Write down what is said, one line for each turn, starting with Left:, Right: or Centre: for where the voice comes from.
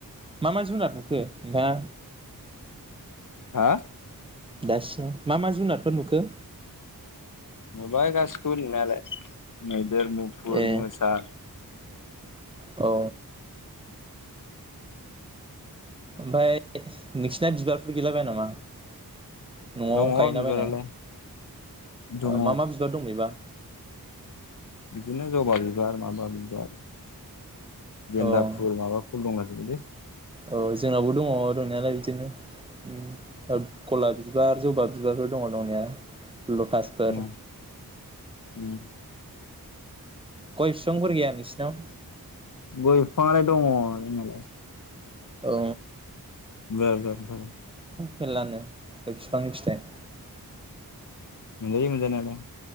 Right: मा मा जुनार नुखो नोंथाङा?
Left: हा
Right: दासिम मा मा जुनारफोर नुखो?
Left: नुबाय गासैखौबो नुनायालाय मै देर, मुफुर,
Right: ए
Left: मोसा
Right: औ ओमफाय नोंसिना बिबारफोर गैलाबाया नामा? न'आव
Left: दङ
Right: गायला
Left: बिबारालाय
Right: बायनाय
Left: दङ
Right: ओ मा मा बिबार दं बेबा?
Left: इदिनो जबा बिबार माबा बिबार। गेन्दा
Right: औ
Left: फुल माबा फुल दंला जोबोलै।
Right: औ जोंनावबो दङ' दंनायालाय बिदिनो। उम गला बि बार जबा बिबारफोर दङ' दंनाया। लटासफोर
Left: उम उम
Right: गयबिफांफोर गैया नोंसिनाव?
Left: गय फिफाङालाय दङ' दंनायालाय।
Right: औ
Left: <unintelligible>
Right: मेल्लानो गय फिफांनि फिथाइ ।
Left: मोनजायो मोनजानायालाय